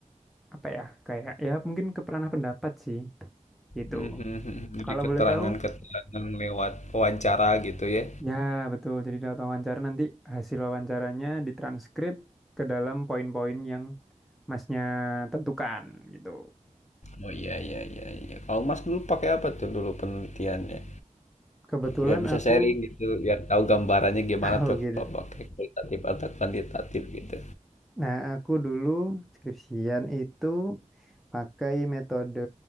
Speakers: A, in the centre; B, on the left.
A: apa ya, kayak ya mungkin ke ranah pendapat sih gitu.
B: Hmm, hmm, hmm. Jadi
A: Kalau
B: keterangan-keterangan
A: boleh tahu
B: lewat wawancara gitu ya.
A: Ya, betul. Jadi lewat wawancara nanti hasil wawancaranya ditranskrip ke dalam poin-poin yang masnya tentukan gitu.
B: Oh iya iya iya iya. Kalau Mas dulu pakai apa tuh dulu penelitiannya?
A: Kebetulan
B: Biar bisa
A: aku,
B: sharing gitu, biar tahu gambarannya gimana
A: <laughs> oh
B: tuh
A: gitu.
B: kalau pakai kualitatif atau kuantitatif gitu.
A: Nah, aku dulu skripsian itu pakai metode